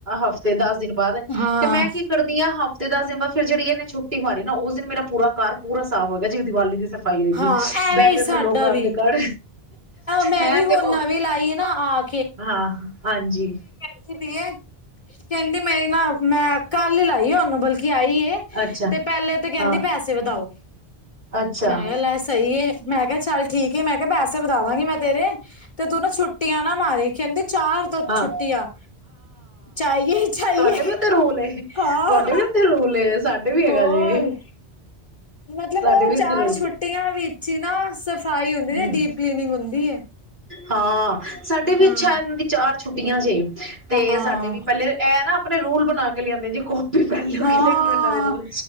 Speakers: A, on the right; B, on the left.
A: ਹਫ਼ਤੇ ਦਸ ਦਿਨ ਬਾਦ
B: ਹਾਂ
A: ਤੇ ਮੈਂ ਕੀ ਕਰਦੀ ਆਂ ਹਫ਼ਤੇ ਦਸ ਦਿਨ ਬਾਦ ਫਿਰ ਜੇੜੀ ਏਨੇ ਛੁੱਟੀ ਮਾਰੀ ਨਾ ਓਸ ਦਿਨ ਮੇਰਾ ਪੂਰਾ ਘਰ ਪੂਰਾ ਸਾਫ਼ ਹੋ ਗਿਆ ਜਿਵੇਂ ਦੀਵਾਲੀ ਦੇ ਸਫਾਈ ਹੋਏਗੀ
B: ਹਾਂ ਐਵੇਂ
A: ਬੈਡ
B: ਹੀ
A: ਦੇ
B: ਸਾਡਾ
A: ਥੱਲੋ ਗੰਦ
B: ਵੀ
A: ਕੱਡ
B: ਮੈਂ
A: ਹੈਂ
B: ਵੀ ਹੁਣ
A: ਤੇ ਓ
B: ਨਵੀਂ ਲਾਈ ਹੈ ਨਾ ਆ
A: ਹਾਂ, ਹਾਂਜੀ
B: ਕੈਂਦੀ ਪਈ ਐ ਮੇਰੀ ਨਾ ਮੈਂ ਕੱਲ ਈ ਲਾਈ ਐ ਓਨੂੰ ਬਲਕਿ ਆਈ ਏ
A: ਅੱਛਾ
B: ਤੇ ਪੈਲੇ ਤੇ ਕੈਂਦੀ
A: ਹਾਂ
B: ਪੈਸੇ ਵਦਾਓ
A: ਅੱਛਾ
B: ਮੈਂ ਕਿਆ ਲੈ ਸਈ ਏ ਮੈਂ ਕਿਆ ਚੱਲ ਠੀਕ ਏ ਮੈਂ ਕਿਆ ਪੈਸੇ ਵਦਾਵਾਂਗੀ ਮੈਂ ਤੇਰੇ ਤੇ ਤੂੰ ਨਾ ਛੁੱਟੀਆਂ ਨਾ ਮਾਰੀ ਕੈਂਦੀ ਚਾਰ ਤੋਂ
A: ਹਾਂ-ਹਾਂ
B: ਛੁੱਟੀਆਂ ਚਾਹੀਏ ਹੀ ਚਾਹੀਏ
A: ਤੁਆਡੇ ਵੀ ਓਤੇ ਰੋਲ ਏ
B: ਹਾਂ
A: ਤੁਆਡੇ ਵੀ ਓਤੇ ਰੋਲ ਏ ਸਾਡੇ ਵੀ ਹੈਗਾ
B: ਹੋਰ
A: ਜੇ
B: ਮਤਲਬ
A: ਸਾਡੇ
B: ਓ
A: ਵੀ
B: ਚਾਰ
A: ਇੱਥੇ ਰੂਲ
B: ਛੁੱਟੀਆਂ ਵਿੱਚ ਈ ਨਾ ਸਫ਼ਾਈ ਹੁੰਦੀ
A: ਹੂੰ
B: ਏ ਡੀਪ ਕਲੀਨਿੰਗ ਹੁੰਦੀ ਏ
A: ਹਾਂ ਸਾਡੇ ਵੀ
B: ਹਾਂ
A: ਅੱਛਾ ਏਨਾਂ ਦੀ ਚਾਰ ਛੁੱਟੀਆਂ ਜੇ, ਤੇ
B: ਹਾਂ
A: ਸਾਡੇ ਵੀ ਪੈਲੇ ਐਹ ਨਾ ਆਪਨੇ ਰੂਲ ਬਨਾ ਕੇ ਲਿਆਂਦੇ ਜੀ ਕੋ ਪੈਲੋ
B: ਹਾਂ
A: ਕਿ ਦੇਖਲੋ ਇਹਨਾ ਦੇ ਰੂਲ